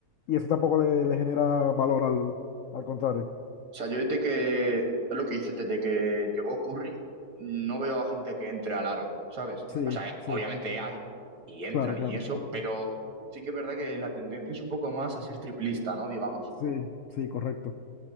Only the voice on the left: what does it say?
y eso tampoco le, le genera valor al, al contrario.
Sí,
sí,
claro, claro.
Sí, sí, correcto.